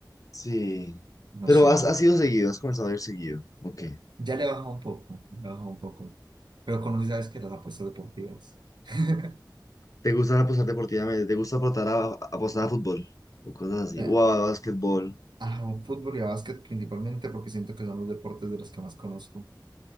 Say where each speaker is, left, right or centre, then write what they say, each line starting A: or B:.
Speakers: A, on the left; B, on the right.
A: Sí.
B: no
A: Pero
B: sé.
A: has, has ido seguido, has comenzado a ir seguido. Ok.
B: Ya le he bajado un poco, le he bajado un poco. Pero conocí, ¿sabes que Las apuestas deportivas. <laughs>
A: ¿Te gusta apostar deportivamente? ¿Te gusta apostar a, apostar a fútbol? O cosas así.
B: Eh,
A: O a básquetbol.
B: A fútbol y a básquet principalmente porque siento que son los deportes de los que más conozco.